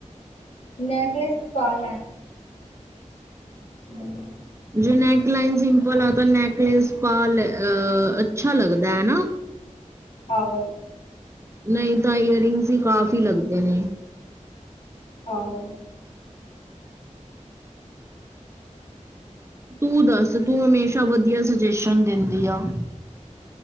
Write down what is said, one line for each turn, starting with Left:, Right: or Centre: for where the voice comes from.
Left: ਨੈਕਲਸ ਵੀ ਪਾ ਲੈ। <inaudible>
Right: ਜੇ ਨੇੈਕ ਲਾਈਨ ਸਿੰਪਲ ਆ ਤਾਂ ਨੇੈਕਲੇਸ ਪਾਲੇ ਅ ਅੱਛਾ ਲੱਗਦਾ। ਹੈ ਨਾ
Left: ਆਹੋ
Right: ਨਈ ਤਾਂ ਈਅਰ ਰਿੰਗਸ ਈ ਕਾਫ਼ੀ ਲੱਗਦੇ ਨੇ।
Left: ਆਹੋ
Right: ਤੂੰ ਦੱਸ ਤੂੰ ਹਮੇਸ਼ਾ ਵਦੀਆ ਸਜੈਸ਼ਨ ਦੇਂਦੀ ਆ।